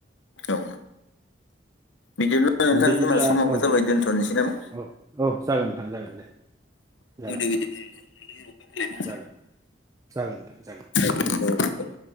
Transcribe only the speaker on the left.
औ। बिदिनो नोंथां
जोंना समावबो
जाबाय दोन्थ'नोसै नामा?
<unintelligible>
<unintelligible>
नोंथां